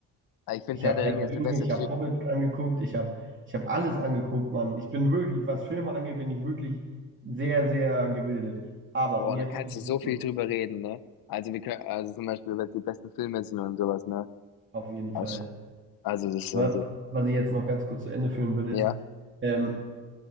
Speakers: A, on the left; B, on the right.
A: Aber Ich finde
B: Ich
A: Herr
B: habe
A: der
B: Herr
A: Ringe
B: der
A: ist
B: Ringe,
A: eine beste,
B: ich habe Hobbit angeguckt, ich habe ich hab alles angeguckt, Mann. Ich bin wirklich, was Filme angeht, bin ich wirklich sehr, sehr gebildet. Aber,
A: Boah,
B: und jetzt
A: da kannst
B: mal ganz
A: du so viel
B: kurz,
A: drüber reden, ne? Also wir können, also zum Beispiel, was die besten Filme sind und sowas, ne?
B: auf jeden
A: Also,
B: Fall.
A: also das ist
B: Wa-
A: also,
B: Was ich jetzt noch ganz kurz zu Ende führen will, ist,
A: ja.
B: ähm,